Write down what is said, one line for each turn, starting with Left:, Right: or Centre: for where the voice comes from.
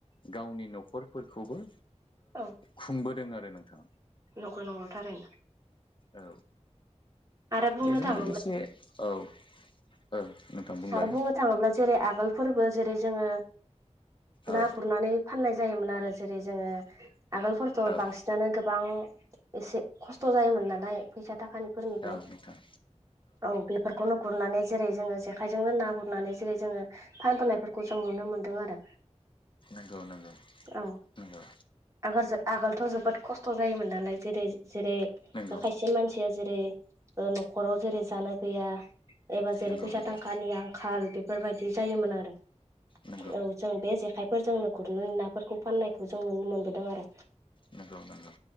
Left: गावनि न'खफोरखौबो
Right: औ
Left: खुंबोदों दों आरो नोंथाङा
Right: नंगौ नंगौ थारैनो
Left: औ
Right: आरो बुंनो
Left: बेजों
Right: थाङोब्ला
Left: लोगोसे औ औ नोंथां बुंलाय
Right: आरो बुंनो थाङोब्ला जेरै आगोल फोरबो जेरै जोङो
Left: औ
Right: ना गुरनानै फाननाय जायो जायोमोन आरो जेरै जोङो आगोलफोरथ'
Left: औ
Right: बांसिनानो गोबां एसे खस्थ' जायोमोन नालाय फैसा थाखानिफोरनिबो
Left: औ नोंथां
Right: औ बेफोरखौनो गुरनानै जेरै जोङो जे आखाइजोंनो ना गुरनानै जेरै जोङो फानबोनायफोरखौ जों नुनो मोन्दों आरो
Left: नंगौ नंगौ
Right: औ
Left: नंगौ
Right: आगोल आगोलथ' जोबोद खस्थ' खथ' जायोमोन नालाय जेरै जेरै
Left: नंगौ
Right: खायसे मानसिया जेरै न'खराव जेरै जानो गैया एबा जेरै
Left: नंगौ
Right: फैसा
Left: नंगौ
Right: थाखांखानि आंखाल बेफोरबायदि जायोमोन आरो
Left: नंगौ
Right: औ जों बे जेखायफोरजोंनो गुरनानै नाफोरखौ फाननायखौ जों नुनो मोनबोदों आरो
Left: नंगौ नंगौ